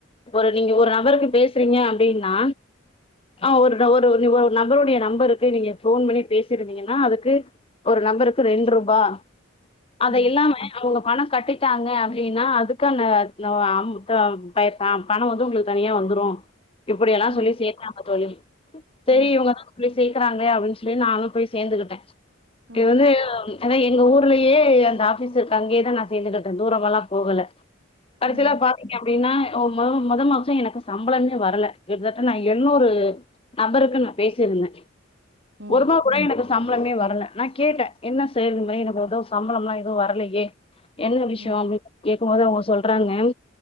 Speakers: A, on the left; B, on the right.
A: ஒரு நீங்க ஒரு அவருக்கு பேசுறீங்க அப்டினா ஆஹ ஒரு ஒரு நபருடைய நம்பருக்கு நீங்க போன் பண்ணி பேசிருந்தீங்கன்னா அதுக்கு ஒரு நம்பருக்கு ரெண் ரூபா அத
B: ம்
A: இல்லாம அவுங்க பணம் கட்டிட்டாங்க அப்டின்னா அதுக்கு அ நோ ஆம் தம் தய் தாம் பணம் வந்து உங்களுக்கு தனியா வந்துரும் இப்டி எல்லா
B: ம்
A: சொல்லி சேத்தாங்க தோழி சரி
B: ம்
A: இவுங்கசொல்லி சேக்றாங்களே அப்டினு சொல்லி நானு போய் சேந்துக்கிட்டே
B: ம்
A: இப்ப வந்து அதா எங்க ஊர்லயே அந்த ஆபீஸ் இருக்கு அங்கயே தா நா சேந்துகிட்டே தூரமால்லா போகல கடசில
B: ம்
A: பாத்தீங்க அப்டின்னா மொ மொத மாசோ எனக்கு சம்பளமே வரல கிட்டத்தட்ட நான் எழ்நூரு நபருக்கும் நா பேசிருந்தே
B: ம்
A: ஒருபா பாகூட எனக்கு சம்பளமே வரல நாகேட்டே என்ன செய்றது இதுமேரி எனக்கு எதோ சம்பளம்லா ஏதும் வரலயே என்ன விஷயம்
B: ம்
A: அப்டினு கேக்குபோது அவுங்க சொல்றாங்க